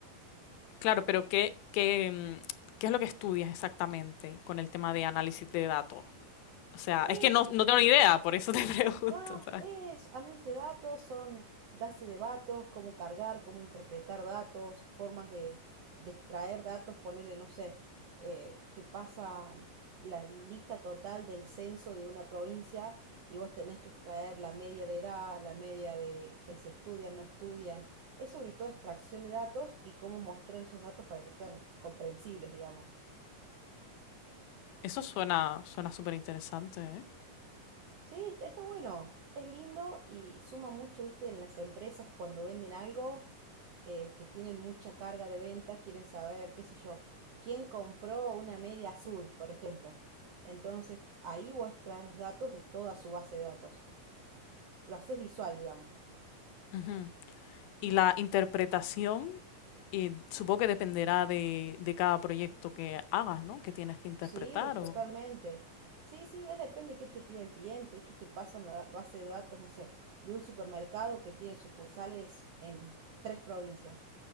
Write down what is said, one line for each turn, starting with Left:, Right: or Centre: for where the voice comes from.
Left: Claro, pero ¿qué, qué, mm, qué es lo que estudias exactamente con el tema de análisis de datos? O sea,
Right: Es,
Left: es que no, no tengo ni idea, por eso te <laughs> pregunto,
Right: No, no,
Left: ¿sabes?
Right: es análisis de datos, son bases de datos, cómo cargar, cómo interpretar datos, formas de, de extraer datos, ponerle, no sé, eh, te pasa la lista total del censo de una provincia y vos tenés que extraer la media de edad, la media de, de si estudian, no estudian. Es sobre todo extracción de datos y cómo mostrar esos datos para que sean comprensibles, digamos.
Left: Eso suena, suena súper interesante, ¿eh?
Right: Sí, está, está bueno, es lindo y suma mucho, viste, en las empresas cuando venden algo eh, que tienen mucha carga de venta quieren saber, qué sé yo, quién compró una media azul, por ejemplo. Entonces, ahí vos extraes los datos de toda su base de datos. Lo haces visual, digamos.
Left: Ujú. Y la interpretación, y supongo que dependerá de, de cada proyecto que hagas, ¿no? Que tienes que interpretar.
Right: Sí, totalmente.
Left: O... Ujú.
Right: Sí, sí, es depende de qué te pida el cliente. Ellos te pasan la base de datos, no sé, de un supermercado que tiene sucursales en tres provincias